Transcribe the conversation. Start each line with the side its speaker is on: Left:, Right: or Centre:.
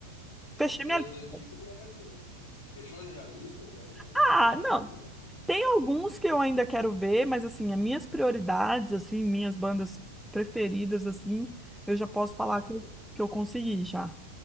Centre: fechei
Left: o Guns
Centre: minha lista.
Left: antigo não era Guns, né? Fechou já a lista? Já, já, já,
Centre: Ah,
Left: tem- já viu
Centre: não,
Left: todo mundo?
Centre: tem alguns que eu ainda quero ver, mas assim, as minhas prioridades, assim, minhas bandas preferidas, assim, eu já posso falar
Left: Já
Centre: que
Left: foram.
Centre: eu, que eu consegui já.